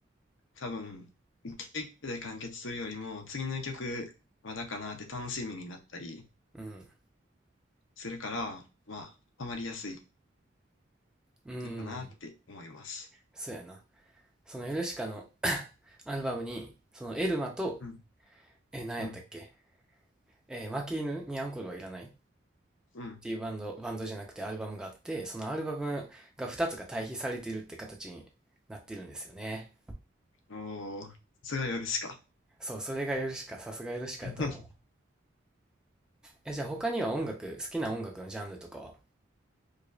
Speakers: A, on the left; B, in the centre.
A: 多分、一曲で完結するよりも、次の曲まだかなって楽しみになったり
B: うん。
A: するから、まあ、ハマりやすい
B: うん。
A: のかなって思います。
B: そうやな。そのヨルシカの <coughs> アルバムに、そのエルマと、
A: うん、
B: え、何やったっけ
A: うん、
B: えー負け犬にアンコールはいらないっ
A: うん。
B: ていうバンド、バンドじゃなくてアルバムがあって、そのアルバムが2つが対比されてるって形になってるんですよね。
A: おお、さすがヨルシカ。
B: そう、それがヨルシカ、さすがヨルシカやと思う。
A: <laughs>
B: え、じゃあ他には音楽、好きな音楽のジャンルとかは